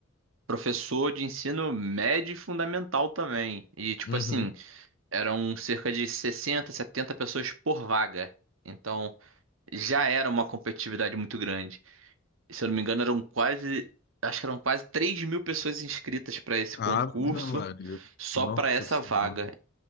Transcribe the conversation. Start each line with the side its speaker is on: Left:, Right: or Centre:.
Right: professor de ensino médio e fundamental também. E, tipo
Left: Uhum.
Right: assim, eram cerca de 60 70 pessoas por vaga. Então, já era uma competitividade muito grande. E, Se eu não me engano, eram quase, acho que eram quase três mil pessoas inscritas para esse
Left: Ave
Right: concurso,
Left: Maria.
Right: só
Left: Nossa
Right: para essa
Left: Senhora.
Right: vaga.